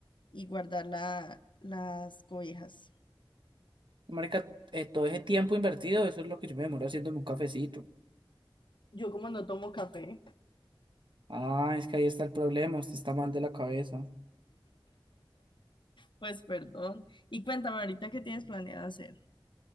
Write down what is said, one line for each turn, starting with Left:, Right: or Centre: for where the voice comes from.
Left: y guardar la- las cobijas.
Right: Marica, eh, todo ese tiempo invertido, eso es lo que yo me demoro haciéndome un cafecito.
Left: Yo como no tomo café.
Right: Ah, es que ahí está el problema, usted está mal de la cabeza.
Left: Pues perdón. Y cuéntame ahorita qué tienes planeado hacer.